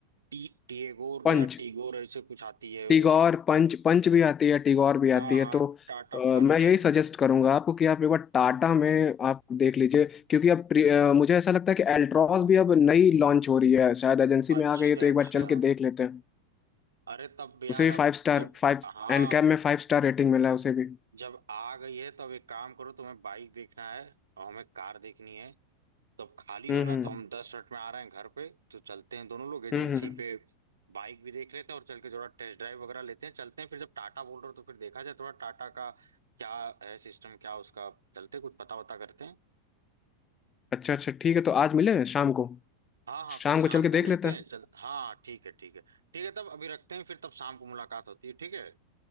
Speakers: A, on the right; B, on the left.
A: टी टीगोर
B: पंच
A: या टीगोर ऐसे कुछ आती है वो
B: टिगोर पंच पंच भी आती है टिगोर भी आती
A: हाँ
B: है
A: हाँ
B: तो
A: टाटा
B: अ,
A: पंच
B: मैं यही सजेस्ट करूंगा आपको कि आप एक बार टाटा में आप देख लीजिए क्योंकि अब प्री- अ, मुझे ऐसा लगता है कि एल्ट्रॉस भी अब नई लॉन्च हो रही है शायद एजेंसी
A: अच्छा
B: में आ गई है तो एक
A: अच्छा
B: बार चल के देख लेते हैं
A: अरे तब यार
B: उसे भी
A: अब
B: फाइव स्टार
A: जब
B: फाइव
A: हाँ
B: एनकैप में फाइव स्टार रेटिंग मिला है उसे भी
A: जब आ गई है तो अब एक काम करो तुम्हें बाइक देखना है और हमें कार देखनी है तो अब खाली हो
B: हम्म
A: ना
B: हम्म
A: तो हम दस मिनट में आ रहे हैं घर पे तो चलते हैं दोनों लोग एजेंसी
B: हम्म हम्म।
A: पे बाइक भी देख लेते हैं और चल के थोड़ा टेस्ट ड्राइव वगैरह लेते हैं चलते हैं फिर जब टाटा बोल रहे हो तो फिर देखा जाए थोड़ा टाटा का क्या है सिस्टम क्या उसका चलते हैं, कुछ पता वता करते हैं
B: अच्छा अच्छा ठीक है तो आज मिले शाम को
A: हाँ हाँ
B: शाम
A: फिर शाम
B: को चल के
A: को मिलते
B: देख लेते हैं
A: हैं चल हाँ हाँ, ठीक है ठीक है ठीक है तब अभी रखते हैं फिर तब शाम को मुलाकात होती है ठीक है